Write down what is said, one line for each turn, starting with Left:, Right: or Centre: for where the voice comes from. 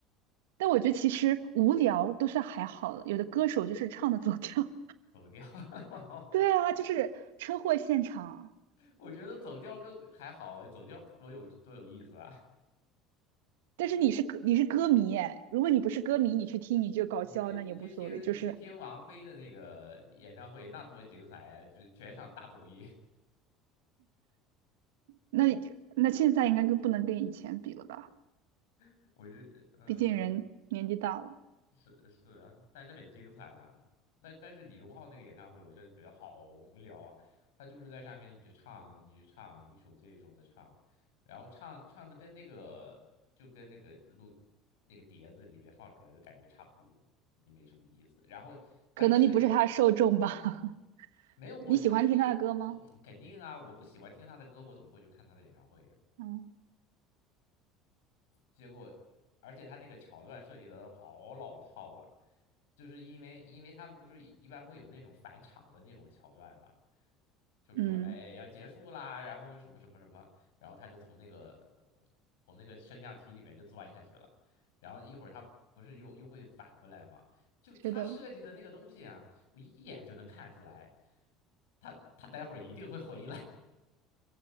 Right: 但我觉得其实无聊都算还好了，有的歌手就是唱的走调。
Left: 走调。<laughs>
Right: <laughs> 对啊，就是车祸现场。
Left: 我觉得走调更还好，走调多有多有意思啊！
Right: 但是你是歌你是歌迷哎，如果你不是歌迷，你去听你就搞笑，
Left: 你去你去听你去听王菲的那个演唱会，
Right: 那也无所谓。就是
Left: 那多精彩啊！就全场大走音，
Right: 那那现在应该跟不能跟以前比了吧？
Left: <laughs> 我就嗯。
Right: 毕竟人年纪大了，
Left: 是是啊，但是很精彩啊。但但是李荣浩那个演唱会，我真的觉得好无聊啊。他就是在上面一直唱，一直唱，一首接一首的唱，然后唱唱的跟那个就跟那个录那个碟子里面放出来的感觉差不多，也没什么意思。然后他设计
Right: 可能你不是他的受众吧？<laughs>
Left: 没有，我就是一我肯定啊，
Right: 你喜欢听他的歌吗？
Left: 我不喜欢听他的歌，我怎么会去看他的演唱会呀？
Right: 嗯
Left: 结果，而且他那个桥段设计的好老套啊，就是因为因为他们不是一一般会有那种返场的那种桥段嘛，就是说哎要结束啦，
Right: 嗯，
Left: 然后什么什么什么，然后他就从那个从那个升降梯里面就钻下去了，然后一会儿他不是又又会返回来嘛，就他设计的那个东西啊，
Right: 是的。
Left: 我一眼就能看出来，他他待会儿一定会回来，